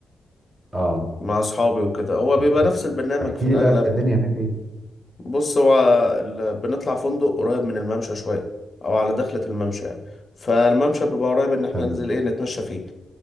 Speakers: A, on the right (about 25°); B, on the left (about 35°).
A: آه
B: مع اصحابي وكده هو بيبقى
A: طب حلو
B: نفس البرنامج
A: احكي
B: في الاغلب
A: لي بقى الدنيا هناك إيه؟
B: بص هو ال- بنطلع فندق قريب من الممشى شوية او على دخلة الممشى يعني فالممشى بيبقى قريب ان احنا
A: تمام
B: ننزل ايه نتمشى فيه